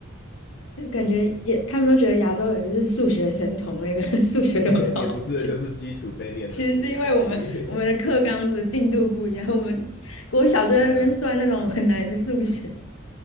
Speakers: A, on the left (about 80°); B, on the left (about 50°).
A: 就感觉也他们都觉得亚洲人是数学神童，那个人数学都很好。
B: <laughs> 也不是就是基础被练的不一样而已。
A: 其实是因为我们我们的课纲的进度不一样，
B: <laughs>
A: 我们国小就在那边算那种很难的数学。
B: 对啊，